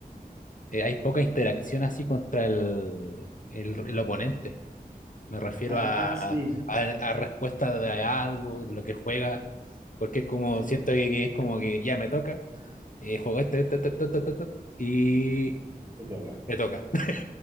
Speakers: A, on the left (about 55°); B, on the right (about 20°).
A: eh, hay poca interacción así contra el, el- el oponente. Me refiero
B: Ah,
A: a,
B: sí,
A: a, a respuesta de algo, de lo que juega, porque es como
B: sí,
A: siento que, que es como que ya me toca eh, juego este, este, este, este, este, este, este, y
B: te toca.
A: le toca. <laughs>